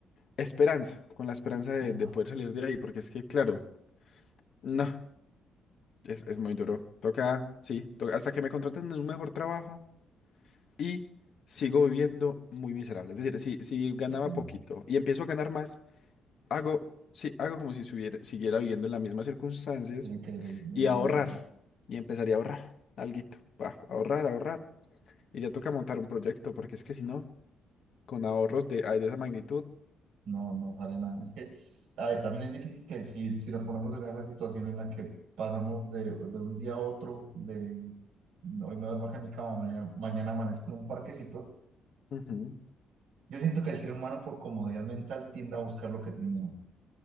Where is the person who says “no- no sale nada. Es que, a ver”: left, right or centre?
Right